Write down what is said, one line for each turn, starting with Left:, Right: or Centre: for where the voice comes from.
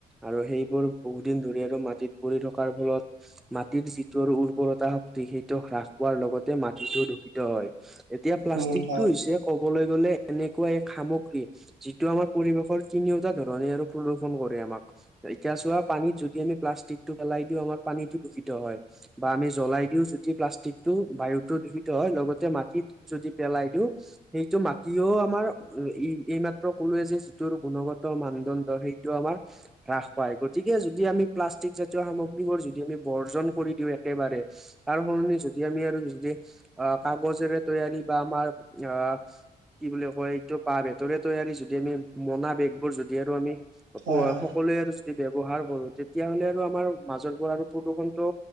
Centre: আৰু সেইবোৰ বহুত দিন ধৰি আৰু মাটিত পৰি থকাৰ ফলত মাটিৰ যিটোৰ উৰ্বৰতা শক্তি, সেইটো হ্ৰাস পোৱাৰ লগতে মাটিটো দূষিত হয়। এতিয়া প্লাষ্টিকটো
Right: উম, হয়,
Centre: হৈছে ক'বলৈ গ'লে এনেকুৱা এক সামগ্ৰী, যিটো আমাৰ পৰিৱেশৰ তিনিওটা ধৰণে আৰু প্ৰদূষণ কৰে আমাক। এতিয়া চোৱা, পানীত যদি আমি প্লাষ্টিকটো পেলাই দিওঁ, আমাৰ পানীটো দূষিত হয়। বা আমি জ্বলাই দিওঁ যদি প্লাষ্টিকটো, বায়ুটো দূষিত হয়, লগতে মাটিত যদি পেলাই দিওঁ, সেইটো মাটিও আমাৰ ই এই এই মাত্ৰ ক'লোৱে যে যিটোৰ গুণগত মানদণ্ড সেইটো আমাৰ হ্ৰাস পায়। গতিকে যদি আমি প্লাষ্টিক জাতীয় সামগ্ৰীবোৰ যদি আমি বৰ্জন কৰি দিওঁ একেবাৰে তাৰ সলনি যদি আমি আৰু যদি আহ কাগজেৰে তৈয়াৰী বা আমাৰ আহ কি বুলি কয় এইটো, বাঁহ-বেতেৰে তৈয়াৰী যদি আমি মোনা বেগ যদি আৰু আমি উপ-সকলোৱে
Right: হয়, হয়,
Centre: আৰু যদি ব্যৱহাৰ কৰোঁ! তেতিয়া হ'লে আৰু আমাৰ মাজৰ পৰা আৰু প্ৰদূষণটো